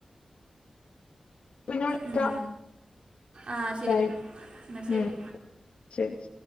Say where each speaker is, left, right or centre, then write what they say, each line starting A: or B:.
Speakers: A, on the left; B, on the right.
A: പിന്നെ വിളിക്കാം
B: ഉം ആഹ് ശെരി
A: ടൈം
B: ന്നാ ശെരി
A: ഉം ശരി